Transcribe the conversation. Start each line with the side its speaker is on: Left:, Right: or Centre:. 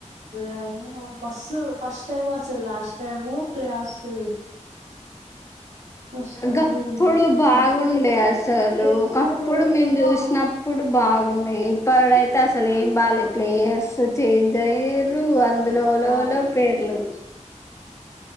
Right: అ మస్సు ఫస్ట్ టైమ్ అసలు లాస్ట్ టైమ్ ప్లే ఆఫ్స్కి పోయింది ఫస్ట్ టైం
Left: గప్పుడు
Right: పోయింది
Left: బాగుండే
Right: మస్తు
Left: అసలు
Right: గెలిచినా
Left: ఒకప్పుడు
Right: గెలవకున్నా
Left: మేము చూసినప్పుడు బాగుండే ఇప్పుడైతే అసలు ఏం బాలేదు ప్లేయర్స్ చేంజ్ అయ్యరు అ అదిలో ఓల
Right: ఆ
Left: ల పేర్లు